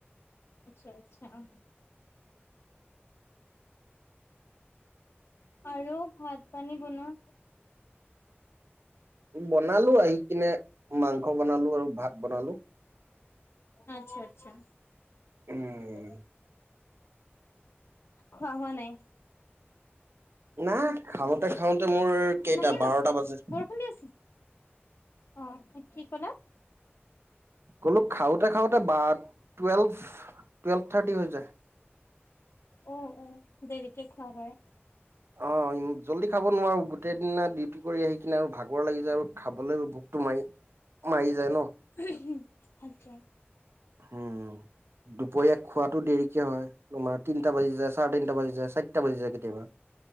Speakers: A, on the left (about 70°); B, on the right (about 70°).
A: আচ্ছা আচ্ছা অ আৰু ভাত পানী বনুৱা
B: বনালো আহি কিনে মাংস বনালো আৰু ভাত বনালো
A: আচ্ছা আচ্ছা
B: উম
A: অ খোৱা হোৱা নাই
B: নাই খাওঁতে খাওঁতে মোৰ কেইটা
A: নানি
B: বাৰটা বাজে
A: বৰষুণ দি আছে অ কি কলা
B: ক'লো খাওতে খাওতে বা টুৱেলভ টুৱেল্ভ থাৰ্টি হৈ যায়
A: অ অ দেৰিকে খোৱা হয়
B: অ জল্দি খাব নোৱাৰো গোটেই দিনা ডিউটি কৰি আহি কিনে আৰু ভাগৰ লাগি যায় আৰু খাবলৈ ভোকটো মাৰি মাৰি যায় ন
A: <inaudible> আচ্ছা
B: উম দুপৰীয়া খোৱাাটো দেৰিকে হয় তোমাৰ তিনটা বাজি যায় চাৰে তিনটা বাজি যায় চাৰিটা বাজি যায় কেতিয়াবা